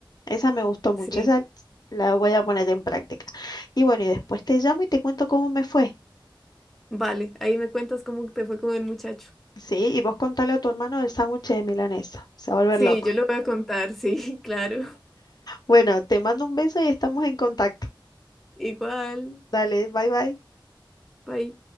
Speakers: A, on the left; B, in the centre.
A: Esa me gustó mucho,
B: Sí.
A: esa la voy a poner en práctica. Y bueno, y después te llamo y te cuento cómo me fue.
B: Vale, ahí me cuentas cómo te fue con el muchacho.
A: Sí, y vos contale a tu hermano el sándwich de milanesa. Se va a volver
B: Sí,
A: loco.
B: yo lo voy a contar, sí, <laughs> claro.
A: Bueno, te mando un beso y estamos en contacto.
B: Igual.
A: Dale, bye bye.
B: Bye.